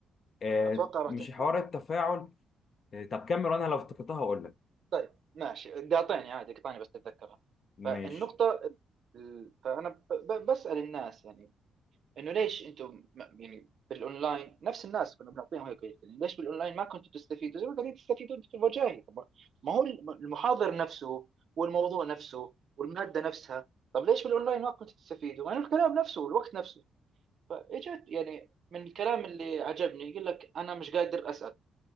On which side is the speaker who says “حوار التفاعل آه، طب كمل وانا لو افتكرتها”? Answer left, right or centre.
Left